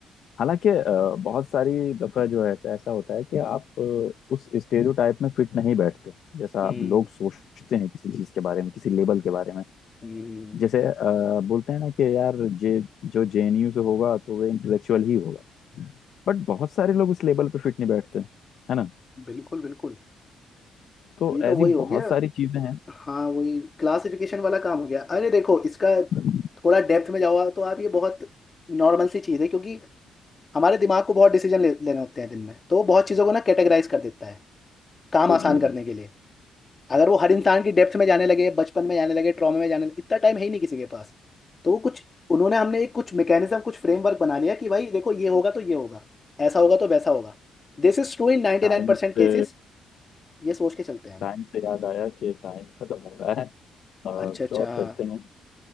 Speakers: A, on the left (about 65°); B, on the left (about 30°).
A: हालांकि अ, बहुत सारी दफा जो है ऐसा ऐसा होता है कि आप अ, उस स्टेरियोटाइप में फिट नहीं बैठते जैसा
B: हम्म
A: आप लोग सोचते हैं किसी चीज के बारे में किसी लेबल के बारे में
B: हम्म, हम्म।
A: जैसे अ, बोलते हैं ना कि यार जे जो जेएनयू से होगा तो वह इंटेलेक्चुअल ही होगा बट बहुत सारे लोग उस लेबल पे फिट नहीं बैठते है ना
B: बिल्कुल बिल्कुल
A: तो
B: ये तो
A: ऐसी
B: वही हो
A: बहुत
B: गया
A: सारी चीजें
B: हाँ वही क्लासिफिकेशन वाला काम हो गया अरे देखो इसका
A: हैं
B: थोड़ा डेप्थ में जाओ तो आप ये बहुत नॉर्मल सी चीज़ है क्योंकि हमारे दिमाग को बहुत डिसीजन ले, लेने होते हैं दिन में तो वो बहुत चीज़ों को ना कैटेगराइज कर देता है काम
A: इडियट
B: आसान करने के लिए अगर वो हर इंसान की डेप्थ में जाने लगे बचपन में जाने लगे ट्रॉमे में जाने लगे इतना टाइम है ही नहीं किसी के पास तो वो कुछ उन्होंने हमने एक कुछ मैकेनिज्म कुछ फ्रेमवर्क बना लिया कि भाई देखो ये होगा तो ये होगा ऐसा होगा तो वैसा होगा This is true in 99%
A: टाइम <laughs> से
B: nine percent cases ये सोच के चलते हैं हम
A: टाइम से याद आया कि टाइम खत्म हो रहा है और
B: अच्छा
A: कुछ
B: अच्छा
A: और
B: हाँ
A: करते हैं